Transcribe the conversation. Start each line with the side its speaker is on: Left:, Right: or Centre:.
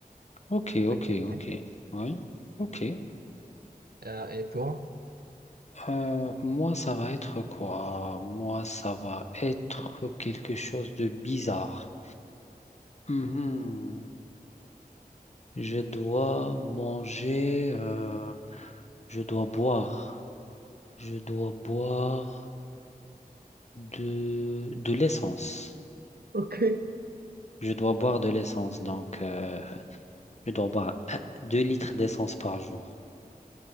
Left: Ok, ok,
Right: t'inquiète,
Left: ok.
Right: t'inquiète.
Left: Ouais, ok.
Right: Euh, et toi?
Left: Euh, moi, ça va être quoi? Moi, ça va être quelque chose de bizarre. Mhm. Je dois manger, euh, je dois boire, je dois boire de, de l'essence.
Right: Ok.
Left: Je dois boire de l'essence, donc euh, je dois boire un- 2 litres d'essence par jour.